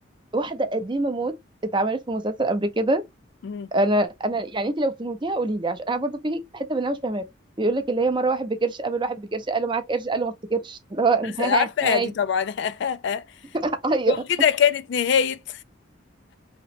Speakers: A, on the right; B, on the left.
A: واحده قديمه موت اتعملت في مسلسل قبل كده
B: مم.
A: انا انا يعني انت لو فهمتيها قولي لي عشان انا برضو في حته منها مش فاهماها بيقول لك اللي هي مره واحد بكرش قابل واحد بكرش قال له معاك قرش قال له ما افتكرش <laughs> اللي هو
B: بس
A: أنا-
B: عارفة
A: <laughs> هاي
B: دي طبعا <laughs>
A: ايوه
B: وكده كانت نهاية